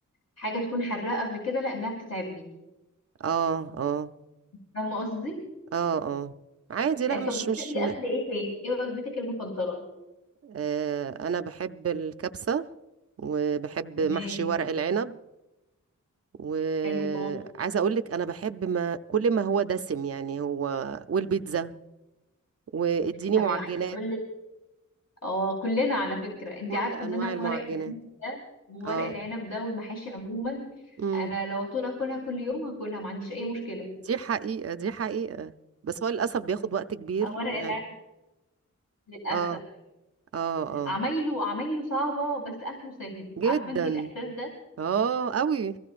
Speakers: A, on the left; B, on the right.
A: حاجة تكون حراقة قبل كده لانها بتتعبني
B: اه اه
A: فاهمة قصدي؟
B: اه اه عادي لا
A: آه،
B: مش
A: طب بتحبي
B: مش م...
A: اكل ايه تاني؟ ايه وجبتك المفضلة؟
B: آه انا بحب الكبسة وبحب
A: تمام
B: محشي ورق العنب وعايزه
A: حلو خالص
B: اقول لك انا بحب ما كل ما هو دسم يعني هو والبيتزا واديني
A: تمام
B: معجنات
A: عايزه اقول لك اه كلنا على فكره انت
B: كل
A: عارفه
B: انواع
A: ان انا
B: المعجنات
A: ورق العنب ده وورق
B: اه
A: العنب ده والمحاشي عموما
B: امم
A: انا لو طول اكلها كل يوم هاكلها ما عنديش اي مشكله
B: دي حقيقة دي حقيقة بس هو للاسف بياخد وقت كبير
A: ورق
B: يعني
A: العنب للاسف
B: اه اه اه
A: عمايله عمايله صعبه بس اكله سهل
B: جدا
A: عارفه انت الاحساس ده
B: اه قوي